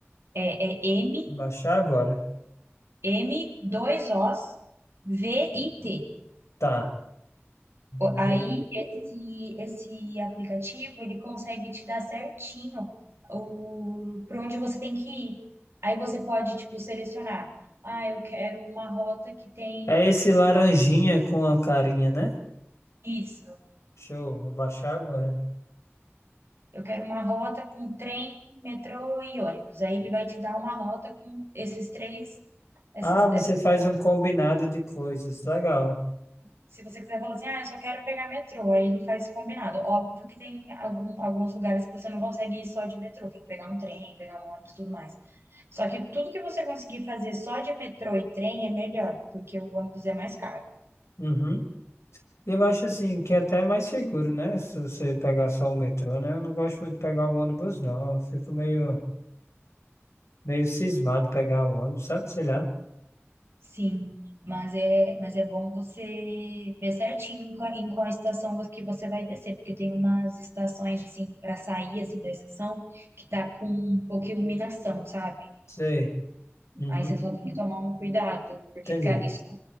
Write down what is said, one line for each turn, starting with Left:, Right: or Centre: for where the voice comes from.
Right: É, é M,
Left: Baixar agora.
Right: M2Os VIT.
Left: Tá. Vou
Right: O-
Left: ver.
Right: Aí esse, esse aplicativo ele consegue te dar certinho o para onde você tem que ir. Aí você pode tipo selecionar, ah, eu quero uma rota que tem
Left: É esse laranjinha com a carinha, né?
Right: isso.
Left: Show, vou baixar agora.
Right: Eu quero uma rota com trem, metrô e ônibus. Aí ele vai te dar uma rota com esses três, esses,
Left: Ah, você
Right: essas,
Left: faz um combinado de coisas, legal.
Right: se você quiser falar assim, ah, eu só quero pegar metrô, aí ele faz combinado. Óbvio que tem algum- alguns lugares que você não consegue ir só de metrô, tem que pegar um trem, pegar um ônibus, e tudo mais. Só que tudo que você conseguir fazer só de metrô e trem é melhor, porque o ônibus é mais caro.
Left: Uhum. E eu acho assim que é até mais seguro, né? Se você pegar só o metrô, né? Eu não gosto muito de pegar o ônibus, não. Eu fico meio, meio cismado pegar o ônibus, sabe? Sei lá.
Right: Sim, mas é, mas é bom você ver certinho em qual, em qual estação vo- que você vai descer, porque tem umas estações assim para sair assim da estação que tá com pouca iluminação, sabe?
Left: Sei. Uhum.
Right: Aí você só tem que tomar um cuidado, porque
Left: Entendi.
Right: fica isso é